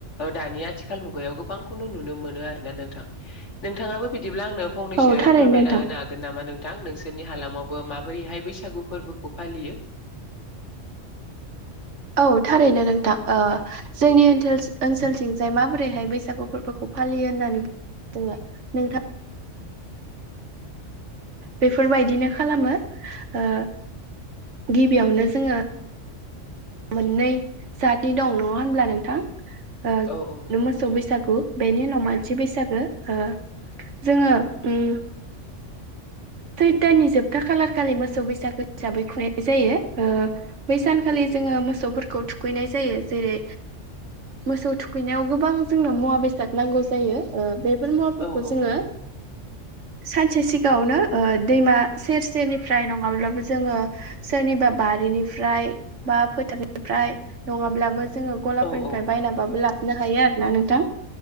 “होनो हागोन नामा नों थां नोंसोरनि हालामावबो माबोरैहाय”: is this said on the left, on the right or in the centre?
Left